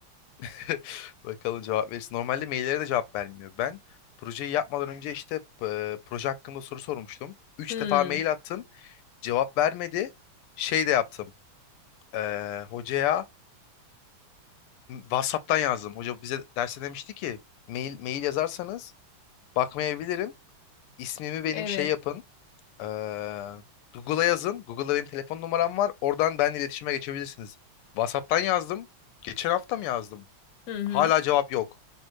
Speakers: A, on the left (about 85°); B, on the left (about 60°).
A: <laughs> Bakalım cevap verirsin. Normalde maillere de cevap vermiyor. Ben projeyi yapmadan önce işte e, proje hakkında soru sormuştum. Üç
B: hmm,
A: defa mail attım. Cevap vermedi. Şey de yaptım. E, hocaya WhatsApp'tan yazdım. Hoca bize derse demişti ki mail mail yazarsanız Bakmayabilirim. İsmimi benim
B: evet.
A: şey yapın. Ee, Google'a yazın. Google'da benim telefon numaram var. Oradan benimle iletişime geçebilirsiniz. WhatsApp'tan yazdım. Geçen hafta mı yazdım?
B: Hı hı.
A: Hala cevap yok.